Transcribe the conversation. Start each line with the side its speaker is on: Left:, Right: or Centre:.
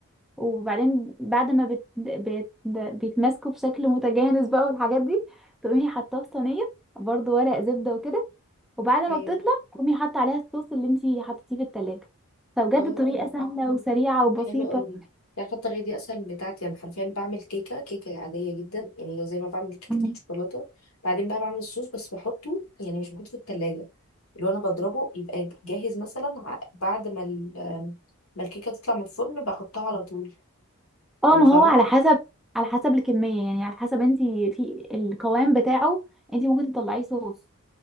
Centre: وبعدين بعد ما بت... بت... بيتماسكوا بشكل متجانس بقى والحاجات دي تقومي حاطاه في صينيه برضو ورق زبده وكده وبعد ما
Left: ايوه
Centre: بتطلع تقومي حاطه عليها الصوص اللي انتي حطيتيه في التلاجة فبجد
Left: اه
Centre: طريقه سهله آه. وسريعه وبسيطه
Left: حلو قوي عارفه الطريقه دي اسهل من بتاعتي انا حرفيا بعمل كيكه كيكه عاديه جدا يعني زي ما بعمل كيكه
Centre: مم.
Left: الشوكولاته بعدين بقى بعمل الصوص بس بحطه يعني مش بحطه في التلاجة اللي هو انا بضربه يبقى جاهز مثلا ع- بعد ما ال- ما الكيكه تطلع من الفرن بحطها على طول
Centre: اه
Left: يعني
Centre: ما
Left: فاهمة
Centre: هو على حسب على حسب الكميه يعني على حسب انتي في القوام بتاعه انتي ممكن تطلعيه صوص